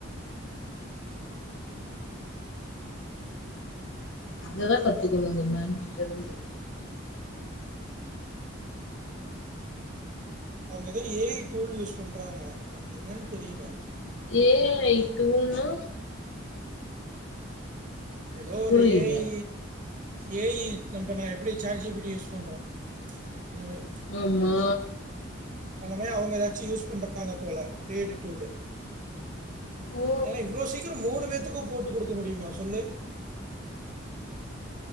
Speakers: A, on the left; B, on the right.
A: இததா கத்துக்கனு உங்க மேம் கிட்டருந்து
B: அவுங்க எதோ ஏ ஐ டூல் யூஸ் பண்றாங்க அது என்னன் தெரில
A: ஏ ஐ டூல் னா
B: எதோ
A: புரியல.
B: ஒரு ஏ ஐ ஏ ஐ நம்ப நா எப்டி chat G P T use பண்றோ அந்த மாரி
A: ஆமா
B: அந்த மாரி அவுங்க எதாச்சு யூஸ் பண்றாங்க போல ஏ டு டூல்லு
A: ஓ!
B: ஏனா இவ்ளோ சீக்ரோ மூனு பேத்துக்கு போட்டு குடுக்க முடிமா சொல்லு